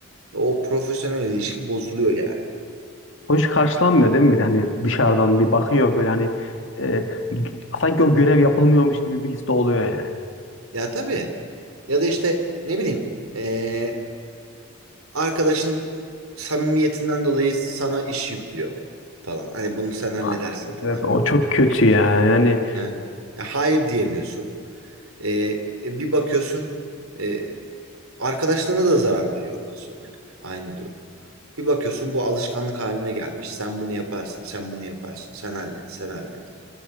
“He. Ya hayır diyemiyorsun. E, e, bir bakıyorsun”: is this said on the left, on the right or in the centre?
Right